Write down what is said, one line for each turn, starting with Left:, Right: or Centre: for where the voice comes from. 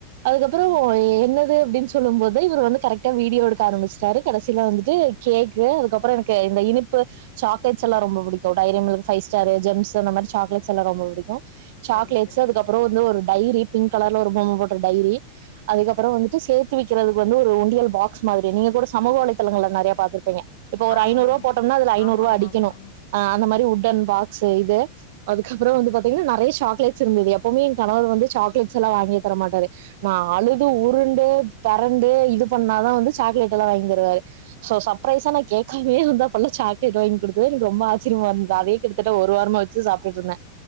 Right: அதுக்கப்புறோ
Left: ஓ ஓகே
Right: என்னது அப்டினு சொல்லும் போது இவர் வந்து கரெக்டா வீடியோ எடு எடுக்க ஆரம்பிச்சுட்டாரு கடசில வந்துட் டு கேக்கு அதுக்கப்புறோ எனக்கு இந்த இனிப்பு சாக்லேட்ஸ் எல்ல ரொம்ப பிடிக்கு டைரிமில்க் ஃபைஸ்டாரு ஜெம்ஸு அந்த மாரி சாக்லேட்ஸ்லா ரொம்ப புடிக்கு சாக்லேட்ஸு
Left: சரிங்க தோழி
Right: அதுக்கப்புற வந்து ஒரு டைரி பிங்க் கலர்ல ஒரு பொம்ம போட்ட டைரி அதுக்கப்பற வந்துட்டு சேத் வக்கிறதுக்கு வந்து ஒரு உண்டியல் பாக்ஸ் மாதிரி நீங்க கூட சமூக வலைதளங்கள்ல நெறயா பாத்துருப்பீங்க இப்ப ஒரு
Left: ஆ
Right: ஐநூறுவா போட்டம்னா அதுல ஐநூறுவா
Left: ஆமா ஆமா
Right: அடிக்கணு
Left: ஆமா
Right: ஆ அந்த மாதிரி உட் உட்டன் பாக்ஸ் இது அதுக்கப்புற பாத்திங்கனா நெரயா சாக்லேட்ஸ் இருந்தது எப்பவுமே என் கணவர் வந்து சாக்லேட்ஸ்லா வாங்கியே தர மாட்டாரு நா அழுது உருண்டு பெரண்டு இது பண்ணாதா வந்து சாக்லேட்லா வாங்கி தருவாரு சோ சர்ப்ரைஸா நா கேக்காமயே வந்தால்லா சாக்லேட் வாங்கி கொடுத்தது எனக்கு ரொம்ப ஆச்சரியமா இருந்தது அதே கிட்டத்தட்ட ஒரு வாரமா வச்சு சாப்டுட்டு இருந்தே